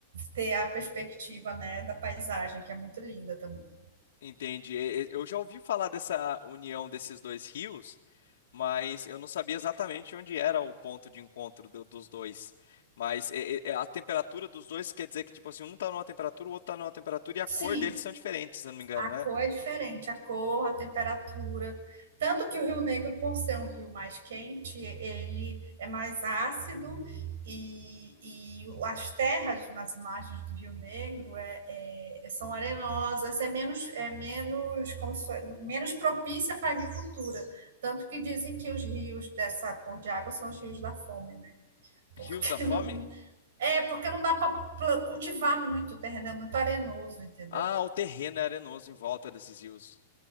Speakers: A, on the right; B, on the left.
A: ter a perspectiva, né, da paisagem, que é muito linda também.
B: Entende? E- e- Eu já ouvi falar dessa união desses dois rios, mas eu não sabia exatamente onde era o ponto de encontro do- dos dois. Mas e- e- a temperatura dos dois quer dizer que, tipo assim, um tá numa temperatura, o outro tá numa temperatura e a
A: Sim,
B: cor deles são diferentes, se eu não me engano,
A: A
B: né?
A: cor é diferente, a cor, a temperatura. Tanto que o Rio Negro, por ser um rio mais quente, ele é mais ácido e, e as terras nas margens do Rio Negro é, é- são arenosas, é menos, é menos, como se, menos propícia para a agricultura. Tanto que dizem que os rios dessa cor de água são os rios da fome, né? Porque
B: Rios da Fome?
A: não, é porque não dá para cultivar muito, o terreno é muito arenoso, entendeu?
B: Ah, o terreno é arenoso em volta desses rios.